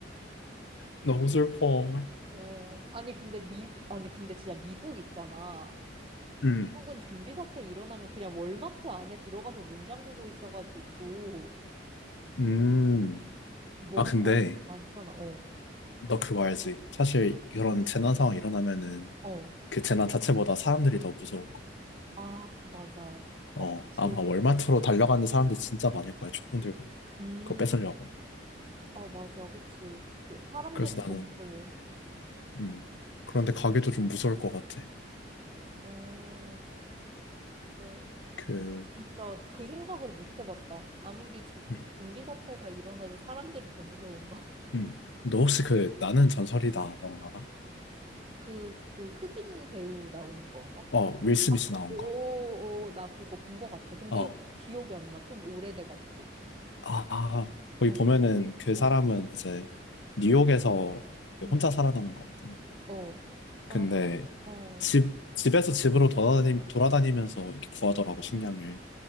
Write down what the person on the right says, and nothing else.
어, 아니, 근데 미국, 아니, 근데 진짜 미국 있잖아.
미국은 좀비 사태 일어나면 그냥 월마트 안에 들어가서 문 잠그고 있어가지고,
먹을
거 많잖아. 어,
어.
아, 맞아.
아, 그치.
음.
어, 맞아. 그치. 그, 사람들이
더 무서워.
어, 그래.
진짜 그 생각을 못 해봤다. 아무리 조,
좀비 사태가 일어나도 사람들이 더 무서운 거.
<laughs> 그, 그 흑인 배우 나오는 건가?
아,
오,
오, 나 그거 본 거 같아. 근데
기억이 안 나. 좀 오래돼가지고.
어,
어,
응,
어.
아, 어,